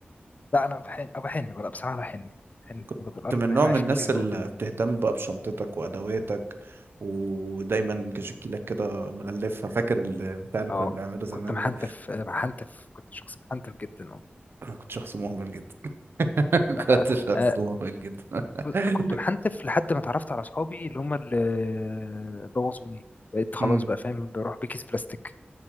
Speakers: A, on the left; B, on the right.
A: لا انا بحن أو بحن بقى بصراحه بحن بحن
B: كنت
A: برضه بالقرف
B: من
A: اللي
B: نوع
A: احنا
B: من
A: عايشين
B: الناس
A: فيه دلوقتي
B: اللي
A: ده
B: بتهتم بقى بشنطتك وادواتك ودايما كشكيلك كده مغلفها فاكر البتاع اللي
A: اه
B: كنا بنعمله زمان
A: كنت محنتف
B: ده
A: آه، محنتف كنت شخص محنتف جدا اه
B: انا كنت شخص مهمل جدا <laughs>
A: لا،
B: كنت شخص
A: آه،
B: مهمل جدا
A: بص،
B: <laughs>
A: كنت محنتف لحد ما اتعرفت على اصحابي اللي هم اللي بوظوني بقيت خلاص
B: امم
A: بقى فاهم بروح بكيس بلاستيك